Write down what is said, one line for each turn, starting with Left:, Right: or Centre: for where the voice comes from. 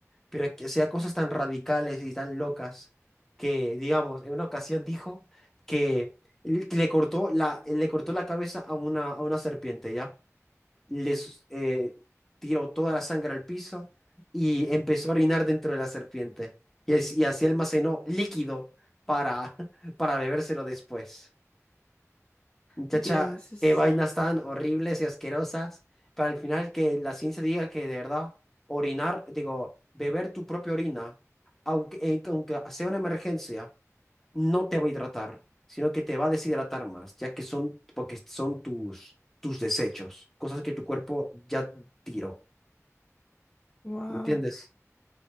Centre: Pero que hacía cosas tan radicales y tan locas que, digamos, en una ocasión dijo que él le cortó la, le cortó la cabeza a una, a una serpiente, ¿ya? Les eh, tiró toda la sangre al piso y empezó a orinar dentro de la serpiente. Y, así- y así almacenó líquido para, <laughs> para bebérselo después. Muchacha,
Left: Dios, es...
Centre: qué vainas tan horribles y asquerosas. Para al final que la ciencia diga que de verdad orinar, digo, beber tu propia orina, aunque, eh, aunque sea una emergencia, no te va a hidratar, sino que te va a deshidratar más, ya que son, porque son tus, tus desechos, cosas que tu cuerpo ya tiró.
Left: Wow.
Centre: ¿Entiendes?